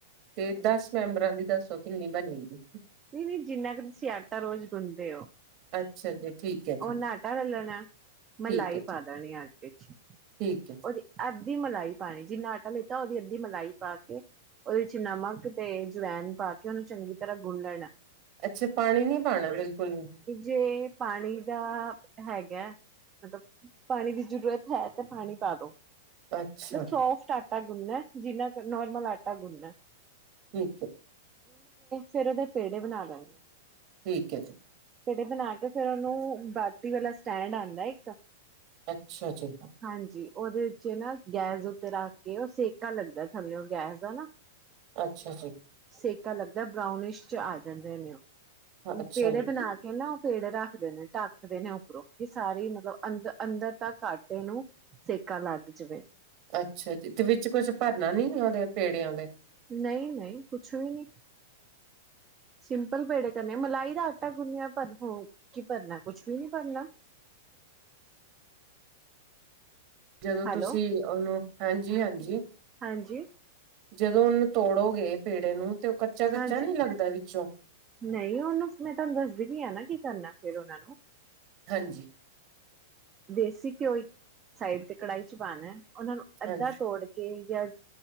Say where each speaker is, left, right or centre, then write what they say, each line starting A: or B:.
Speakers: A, on the right; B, on the right.
A: ਤੇ ਦਸ ਮੈਂਬਰਾਂ ਦੀ ਦੱਸੋ ਕਿੰਨੀ ਬਣੇਗੀ
B: ਨਹੀਂ ਨਹੀਂ ਜਿੰਨਾ ਕੁ ਤੁਸੀਂ ਆਟਾ ਰੋਜ਼ ਗੁੰਦੇ ਹੋ
A: ਅੱਛਾ ਜੀ ਠੀਕ ਹੈ ਜੀ
B: ਉਹਨਾਂ ਆਟਾ ਲੈ ਲੈਣਾ।
A: ਠੀਕ
B: ਮਲਾਈ
A: ਹੈ
B: ਪਾ
A: ਜੀ
B: ਦੇਣੀ ਆ ਅੱਧ <inaudible>
A: ਠੀਕ ਹੈ
B: ਉਹਦੀ ਅੱ ਅਧੀ ਮਲਾਈ ਪਾਣੀ ਜਿੰਨਾ ਆਟਾ ਲਿੱਤਾ ਉਹਦੀ ਅੱਧੀ ਮਲਾਈ ਪਾ ਕੇ ਉਹਦੇ ਵਿੱਚ ਨਮਕ ਤੇ ਜਵੈਨ ਪਾ ਕੇ ਉਹਨੂੰ ਚੰਗੀ ਤਰ੍ਹਾਂ ਗੁੰਨ ਲੈਂਣਾਂ
A: ਅੱਛਾ ਪਾਣੀ ਨੀ ਪਾਉਣਾ ਬਿਲਕੁਲ ਵੀ
B: ਜੇ ਪਾਣੀ ਹੈਗਾ ਮਤਲਬ ਪ ਦੀ ਜ਼ਰੂਰਤ ਹੈ ਤੇ ਪਾਣੀ ਪਾਲੋ
A: ਅੱਛਾ
B: ਸੋਫਟ ਆ ਆਟਾ ਗੁਣ ਨੇ ਹੈ ਜਿੰਨਾ ਨੋਰਮਲ ਆਟਾ ਗੁਣ ਨੇ
A: ਠੀਕ ਹੈ।
B: ਫਿਰ ਉਹਦੇ ਪੇੜੇ ਬਣਾ ਲੋਉ
A: ਠੀਕ ਹੈ ਜੀ।
B: ਪੇੜੇ ਬਣਾ ਕੇ ਫਿਰ ਉਹਨੂੰ ਡੀ ਵਾਲਾ ਸਟੈਂਡ ਆਉਂਦਾ ਇੱਕ
A: ਅੱਛਾ ਜੀ।
B: ਹਾਂਜੀ ਉਹਦੇ ਵਿਚ ਨਾ ਗੈਸ ਉੱਤੇ ਰੱਖ ਕੇ, ਉਹ ਸੇਕਾ ਲੱਗਦਾ ਥੱਲੇਓ ਗੈਸ ਦਾ ਨਾ
A: ਅੱਛਾ ਜੀ।
B: ਸੇਕਾ ਲਗਦਾ ਬ੍ਰਾਊਨਿਸ਼ ਚ ਆ ਜਾਂਦੇ ਨੇ ਉਹ
A: ਅੱਛਾ
B: ਪੇੜੇ
A: ਜੀ
B: ਬਣਾ ਕੇ ਨਾ ਪੇੜੇ ਰੱਖਦੇ ਨੇ ਢੱਕ ਦੇਂ ਨੇ ਉੱਪਰੋਂ ਸਾਰੀ ਮਤਲਬ ਅੰਦਰ ਅੰਦਰ ਤ ਘੱਟ ਇਹਨੂੰ ਸੇਕਾ ਲੱਗ ਜਾਵੇ
A: ਅੱਛਾ ਜੀ। ਤੇ ਵਿੱਚ ਕੁਛ ਭਰਨਾ ਨੀ ਉਹਨਾਂ ਦੇ ਪੇੜਿਆਂ ਦੇ
B: ਨਹੀਂ-ਨਹੀਂ ਕੁਛ ਵੀ ਨਹੀਂ ਸਿੰਪਲ ਪੇੜੇ ਕਰਨੇ ਮਲਾਈ ਦਾ ਆਟਾ ਗੁੰਨਿਆ ਭਰੋ ਕੀ ਭਰਨਾ ਕੁਛ ਵੀ ਨਹੀਂ ਭਰਨਾ
A: ਜਦੋਂ
B: ਹੈਲੋ
A: ਤੁਸੀਂ ਉਹਨੂੰ ਹਾਂਜੀ-ਹਾਂਜੀ
B: ਹਾਂਜੀ
A: ਜਦੋਂ ਉਹਨੂੰ ਤੋੜੋਗੇ ਪੇੜੇ ਨੂੰ ਤੇ ਉਹ ਕੱਚਾ ਕੱਚਾ
B: ਹਾਂਜੀ
A: ਨੀ ਲੱਗਦਾ ਵਿੱਚੋਂ
B: ਨਹੀਂ ਉਹਨੂੰ ਮੈਂ ਤੁਹਾਨੂੰ ਦੱਸਦੀ ਪੀ ਹਾਂ ਨਾ ਕੀ ਕਰਨਾ ਫੇਰ ਉਹਨਾਂ ਨੂੰ
A: ਹਾਂਜੀ
B: ਦੇਸੀ ਘਿਓ ਇੱਕ ਸਾਈਡ ਤੇ ਕੜਾਹੀ ਚ ਪਾਉਣਾ ਉਹਨਾਂ ਨੂੰ ਅੱਧਾ
A: ਹਾਂਜੀ
B: ਤੋੜ ਕੇ